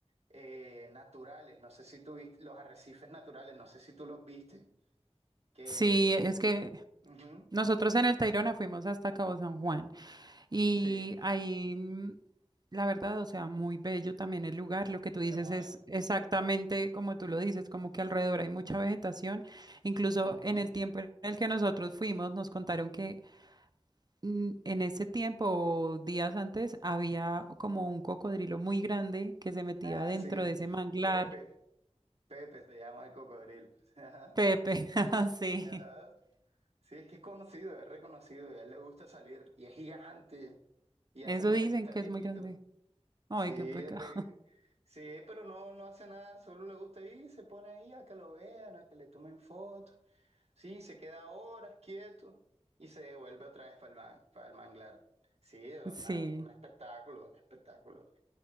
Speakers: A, on the right; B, on the right.
A: eh, naturales, no sé si tú viste, los arrecifes naturales, no sé si tú los viste, que...
B: Sí, es
A: un-
B: que
A: Ujú,
B: nosotros en el Tayrona fuimos hasta Cabo San Juan y
A: Sí,
B: ahí mm, La verdad, o sea, muy bello también el lugar. Lo que tú dices
A: hermoso.
B: es exactamente como tú lo dices, como que alrededor hay mucha vegetación. Incluso
A: Ujú.
B: en el tiempo en el que nosotros fuimos, nos contaron que mm, en ese tiempo, o días antes, había como un cocodrilo muy grande que se metía
A: Ah,
B: dentro
A: sí,
B: de ese manglar.
A: Pepe, Pepe se llama el cocodrilo. <laughs> Ajá,
B: Pepe, <laughs> sí.
A: ajá. Sí, es que es conocido, es reconocido, y a él le gusta salir, y es gigante, y
B: Eso
A: hace nota
B: dicen
A: que está
B: que
A: viejito.
B: es muy grande. Ay,
A: Sí, es
B: qué pecado.
A: re-
B: <laughs>
A: sí, pero no, no hace nada, solo le gusta ir, se pone ahí a que lo vean, a que le tomen fotos. Sí, se queda horas quieto y se devuelve otra vez para el, man- para el manglar. Sí, una-
B: Sí.
A: un espectáculo, un espectáculo.